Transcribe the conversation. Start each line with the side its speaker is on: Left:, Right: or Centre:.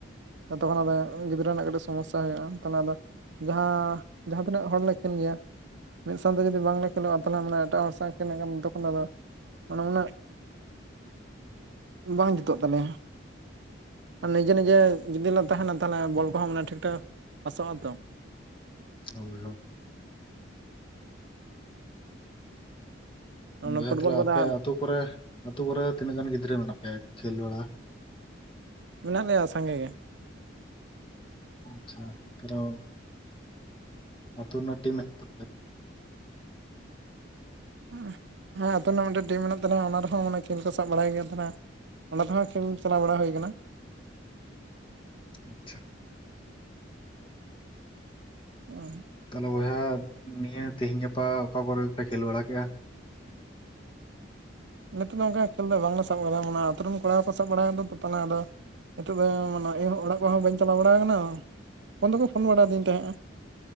Right: ᱡᱚᱛᱚᱠᱷᱚᱱ ᱟᱫᱚ ᱜᱤᱫᱽᱨᱟᱹ ᱨᱮᱱᱟᱜ ᱠᱟᱹᱴᱤᱡ ᱥᱚᱢᱚᱥᱥᱟ ᱦᱩᱭᱩᱜᱼᱟ ᱛᱟᱦᱚᱞᱮ ᱟᱫᱚ ᱡᱟᱦᱟᱸ ᱡᱟᱦᱟᱸ ᱛᱤᱱᱟᱹᱜ ᱦᱚᱲᱞᱮᱠᱤᱱ ᱜᱮᱭᱟ ᱢᱤᱫ ᱥᱟᱶᱛᱮ ᱡᱩᱫᱤ ᱵᱟᱝᱞᱮ ᱠᱷᱮᱞᱳᱜᱼᱟ ᱛᱟᱦᱚᱞᱮ ᱢᱟᱱᱮ ᱮᱴᱟᱜ ᱦᱚᱲ ᱥᱟᱶᱞ ᱠᱷᱮᱞ ᱞᱮᱠᱷᱟᱱ ᱛᱚᱠᱷᱚᱱ ᱫᱚ ᱟᱫᱚ ᱚᱱᱟ ᱢᱟᱱᱮ ᱵᱟᱝ ᱡᱩᱛᱩᱜ ᱛᱟᱞᱮᱭᱟ ᱟᱨ ᱱᱤᱡᱮ ᱱᱤᱡᱮ ᱡᱩᱫᱤ ᱞᱮ ᱛᱟᱦᱮᱱᱟ ᱛᱟᱦᱞᱮ ᱵᱚᱞ ᱠᱚᱦᱚᱸ ᱢᱟᱱᱮ ᱴᱷᱤᱠᱼᱴᱷᱟᱠ ᱯᱟᱥᱚᱜ ᱟᱛᱚ
Left: ᱦᱳᱭ ᱦᱳᱭ
Right: ᱚᱱᱟ
Left: ᱵᱚᱭᱦᱟ
Right: ᱯᱷᱩᱴᱵᱚᱞ
Left: ᱛᱟᱦᱞᱮ
Right: ᱵᱟᱫᱟ
Left: ᱟᱯᱮ ᱟᱛᱩ ᱠᱚᱨᱮ ᱟᱛᱩ ᱠᱚᱨᱮ ᱛᱤᱱᱟᱹᱜ ᱜᱟᱱ ᱜᱤᱫᱽᱨᱟᱹ ᱢᱮᱱᱟᱜ ᱯᱮᱭᱟ ᱠᱷᱮᱞ ᱵᱟᱲᱟ
Right: ᱢᱮᱱᱟᱜ ᱞᱮᱭᱟ ᱥᱟᱸᱜᱮ ᱜᱮ
Left: ᱟᱪᱪᱷᱟ ᱦᱮᱞᱳ ᱟᱛᱩ ᱨᱮᱱᱟᱜ ᱴᱤᱢ <unintelligible>
Right: <unintelligible> ᱦᱮᱸ ᱟᱛᱩ ᱨᱮᱱᱟᱜ ᱢᱤᱫᱴᱮᱱ ᱴᱤᱢ ᱢᱮᱱᱟᱜ ᱛᱟᱞᱮᱭᱟ ᱚᱱᱟ ᱨᱮᱦᱚᱸ ᱢᱟᱱᱮ ᱠᱷᱮᱞ ᱠᱚ ᱥᱟᱵ ᱵᱟᱲᱟᱭ ᱜᱮᱭᱟ ᱛᱟᱦᱞᱮ ᱚᱱᱟ ᱛᱮᱦᱚᱸ ᱠᱷᱮᱞ ᱪᱟᱞᱟᱣ ᱵᱟᱲᱟ ᱦᱩᱭ ᱟᱠᱟᱱᱟ᱾
Left: ᱟᱪᱪᱷᱟ
Right: ᱚ <unintelligible>
Left: ᱛᱟᱦᱞᱮ ᱵᱚᱭᱦᱟ ᱱᱤᱭᱟᱹ ᱛᱮᱦᱤᱧ ᱜᱟᱯᱟ ᱚᱠᱟ ᱠᱚᱨᱮ ᱯᱮ ᱠᱷᱮᱞ ᱵᱟᱲᱟ ᱠᱮᱜ-ᱟ <inaudible>
Right: ᱱᱤᱛᱚᱜ ᱫᱚ ᱚᱱᱠᱟ ᱠᱷᱮᱞ ᱫᱚ ᱵᱟᱝᱞᱮ ᱥᱟᱵ ᱵᱟᱲᱟ ᱚᱱᱟ ᱟᱛᱳ ᱨᱮᱱ ᱠᱚᱲᱟ ᱠᱚ ᱥᱟᱵ ᱵᱟᱲᱟ ᱮᱫᱟ ᱛᱚ ᱛᱟᱦᱞᱮ ᱟᱫᱚ ᱱᱤᱛᱚᱜ ᱫᱚ ᱢᱟᱱᱮ ᱤᱧ ᱦᱚ ᱚᱲᱟᱜ ᱠᱚᱦᱚᱸ ᱵᱟᱹᱧ ᱪᱟᱞᱟᱣ ᱵᱟᱲᱟ ᱟᱠᱟᱱᱟ <inaudible> ᱯᱷᱳᱱ ᱫᱚᱠᱚ ᱯᱷᱳᱱ ᱵᱟᱲᱟ ᱟᱫᱤᱧ ᱛᱟᱦᱮᱸᱜᱼᱟ